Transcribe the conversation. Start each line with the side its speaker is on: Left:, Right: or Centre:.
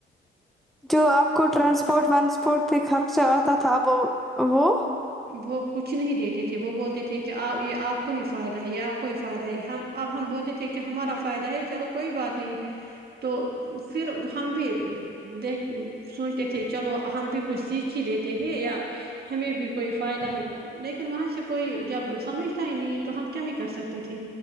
Centre: جو اپ کو ٹرانسپورٹ وانسپورٹ پہ خرچہ اتا تھا اب وہ
Right: وہ کچھ نہیں دیتے تھے وہ بولتے تھے کہ اپ یہ اپ کو ہی فائدہ ہے یہ اپ کو ہی فائدہ ہے ہا اب ہم بولتے تھے کہ ہمارا فائدہ ہے چلو کوئی بات نہیں تو پھر ہم بھی دیک سوچتے تھے چلو ہم بھی کچھ سیکھ ہی لیتے تھے یا ہمیں بھی کوئی فائدہ ہے لیکن وہاں سے کوئی جب سمجھتا ہی نہیں ہے تو ہم کیا ہی کر سکتے تھے